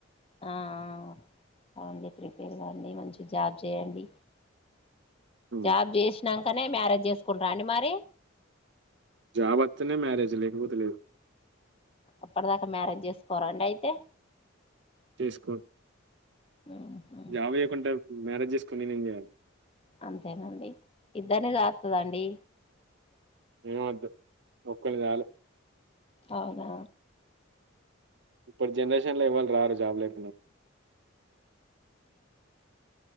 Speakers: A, on the left; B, on the right.
A: ఆ ఆ కాడి ప్రిపేర్ కాండి మంచి జాబ్ చేయండి
B: లేదు
A: జాబ్ చేసినాకనే మ్యారేజ్ చేసుకుంటరా అండి మరి
B: జాబ్ వాతేనే మ్యారేజ్ లేకపోతె లేదు
A: అప్పటిదాకా మ్యారేజ్ చేసుకోరండి అయితే
B: చేసుకోను
A: ఉహు
B: జాబ్ చేయ్యకుండా మ్యారేజ్ చేసుకుని నేనేం చేయను
A: అంతేనండి ఇద్దర్ని చేతడండి
B: ఏం వొద్దు ఒక్కని చాలు
A: అవునా
B: ఇప్పుడు జనరేషన్ లో ఎవరు రారు జాబ్ లకి